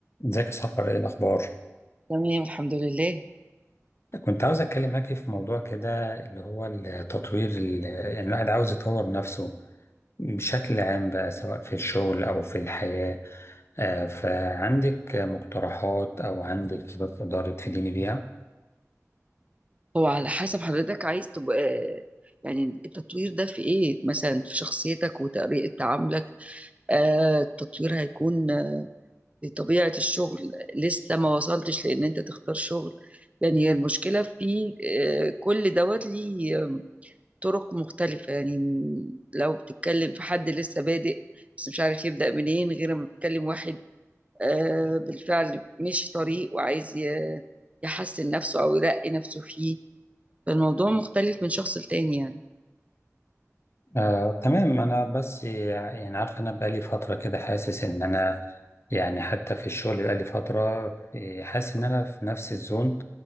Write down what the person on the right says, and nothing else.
تمام الحمد لله
هو على حسب حضرتك عايز تبقى يعني التطوير ده في ايه مثلا في شخصيتك وطريقة تعاملك آه التطوير هيكون آه، في طبيعة الشغل لسه ما وصلتش لان انت تختار شغل يعني هي المشكلة في آه كل دوت ليه آه، طرق مختلفة يعني لو بتتكلم في حد لسه بادئ بس مش عارف يبدأ منين غير ما بتتكلم واحد آه بالفعل مش طريق وعايز ي- يحسن نفسه او يرقي نفسه فيه فالموضوع مختلف من شخص لتاني يعني